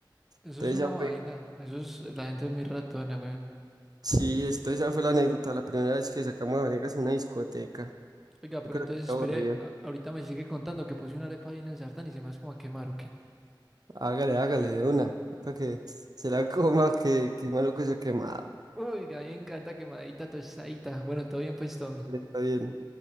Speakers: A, in the centre; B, on the right.
A: Eso
B: entonces
A: es una
B: ya
A: vaina.
B: fue.
A: Eso es, la gente es muy ratona,
B: Sí, esto, esa fue la anécdota, la primera vez que sacamos a Vanegas a una discoteca.
A: Oiga,
B: Yo
A: pero
B: creo
A: entonces
B: que está
A: espere,
B: aburrido.
A: a- ahorita me sigue contando que puse una arepa ahí en el sartén y se me hace como a quemar, ¿o qué?
B: Hágale, hágale, de una. Para que se la coma, que, que es malo que se quemada.
A: Uy, a mí me encanta quemadita, tostadita. Bueno, todo bien pues, Tommy.
B: Está bien.